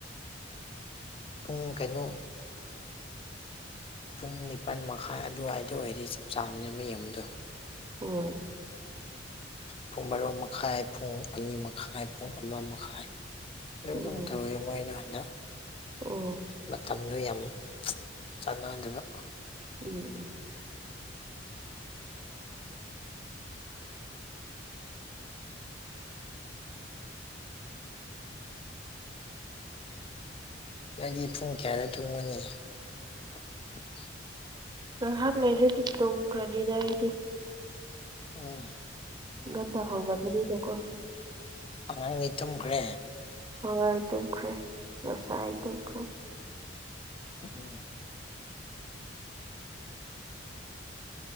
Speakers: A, on the left; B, on the right.
A: ꯄꯨꯡ ꯀꯩꯅꯣ ꯄꯨꯡ ꯅꯤꯄꯥꯜ ꯃꯈꯥꯏ ꯑꯗꯨꯋꯥꯏꯗ ꯑꯣꯏꯔꯦ ꯆꯞ ꯆꯥꯕꯅꯦꯕ ꯌꯦꯡꯨꯗꯣ
B: ꯍꯣꯏ
A: ꯄꯨꯡ ꯔꯣ ꯃꯈꯥꯏ ꯄꯨꯡ ꯑꯅꯤ ꯃꯈꯥꯏ ꯄꯨꯡ ꯑꯃ ꯃꯈꯥꯏ ꯑꯗꯨ ꯑꯗꯨꯝ
B: ꯎꯝ
A: ꯇꯧꯋꯤꯦ ꯃꯣꯏꯅ ꯍꯟꯗꯛ
B: ꯑꯣ
A: ꯃꯇꯝꯗꯨ ꯌꯥꯝ ꯆꯥꯟꯅ ꯑꯗꯨꯒ
B: ꯎꯝ ꯎꯝ
A: ꯅꯪꯗꯤ ꯄꯨꯡ ꯀꯌꯥꯗ ꯇꯨꯝꯒꯅꯤ <unintelligible>
B: ꯉꯥꯏꯍꯥꯛ ꯂꯩꯔꯗꯤ ꯇꯣꯡꯈ꯭ꯔꯅꯤꯗ ꯑꯩꯗꯤ
A: ꯎꯝ
B: ꯟꯗꯥ ꯍꯧꯒ ꯄꯅꯤꯗꯀꯣ
A: ꯑꯉꯥꯡ ꯅ ꯈꯦ
B: ꯍꯣꯏ ꯇꯨꯝꯈ꯭ꯔꯦ ꯉꯁꯥꯏ ꯇꯨꯝꯈ꯭ꯔꯦ
A: ꯎꯝ